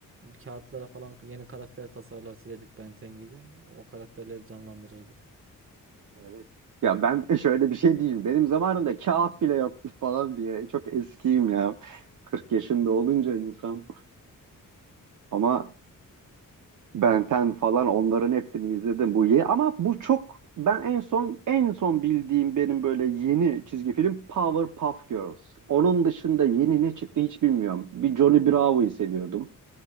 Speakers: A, on the right; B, on the right.
A: Kağıtlara falan yeni karakter tasarlar çizerdik Benten gibi. O karakterleri canlandırırdık.
B: Evet. Ya ben <laughs> şöyle bir şey diyeyim. Benim zamanımda kağıt bile yoktu <laughs> falan diye. Çok eskiyim ya. 40 yaşında olunca insan. Ama Ben 10 falan onların hepsini izledim bu ye ama bu çok ben en son en son bildiğim benim böyle yeni çizgi film Powerpuff Girls. Onun dışında yeni ne çıktı hiç bilmiyorum. Bir Johnny Bravo'yu seviyordum.